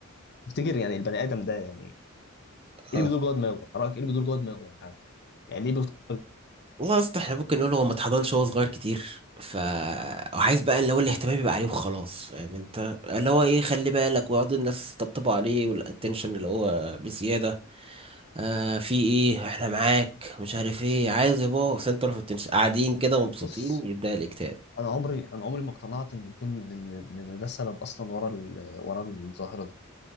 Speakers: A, on the left; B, on the right.
A: تفتكر يعني البني ادم ده يعني
B: اه
A: ايه اللي بيدور جوه دماغه يعني رأيك ايه اللي بيدور جوه دماغه يعني يعني ليه بيفكر-
B: والله يا اسطى احنا ممكن نقول هو ما اتحضنش وهو صغير كتير ف وعايز بقى اللي هو الاهتمام يبقى عليه وخلاص فاهم انت اللي هو ايه خلي بالك ويقعدوا الناس تطبطبوا عليه والاتنشن اللي هو بزياده آه في ايه احنا معاك مش عارف ايه عايز يا بابا سنتر اوف اتنشن قاعدين كده مبسوطين
A: بص
B: يبدا الاكتئاب
A: انا عمري انا عمري ما اقتنعت ان يكون ان إن ده السبب اصلا ورا ال... ورا الظاهرة دي